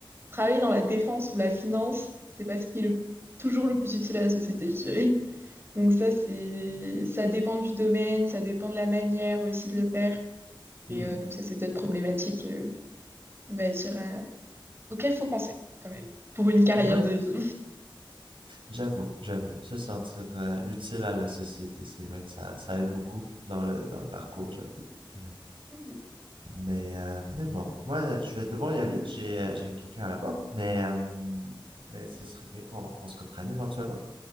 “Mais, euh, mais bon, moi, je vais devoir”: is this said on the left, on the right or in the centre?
Right